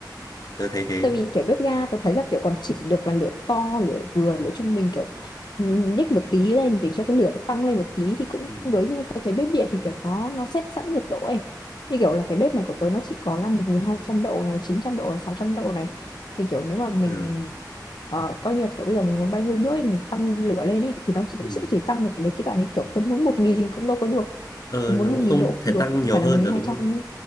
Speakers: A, on the left (about 60°); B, on the left (about 80°).
A: tớ thấy thế
B: tại vì kiểu bếp ga tao thấy là kiểu còn chỉnh được là lửa to lửa vừa
A: ừ
B: lửa trung bình kiểu ừ, nhích một tí lên để cho cái lửa nó tăng lên một tí thì cũng
A: ừ
B: cũng đối nhưng mà thấy bếp điện thì kiểu nó nó set sẵn nhiệt độ ấy như kiểu là cái bếp này của tớ nó chỉ có là 1200 độ này 900 độ này 600 độ này thì kiểu nếu mà mình
A: ừ
B: ờ, coi như là kiểu bây giờ mình muốn bay hơi nước ấy, thì mình tăng lửa lên ấy thì nó
A: ừ
B: cũng sẽ chỉ tăng được đến cái đoạn ấy kiểu tớ muốn 1000 cũng đâu có được
A: ờ
B: tớ muốn
A: nó
B: một
A: cũng
B: nghìn
A: không
B: độ
A: thể
B: không được
A: tăng nhiều
B: không phải
A: hơn
B: là 1200
A: rồi đúng không
B: ấy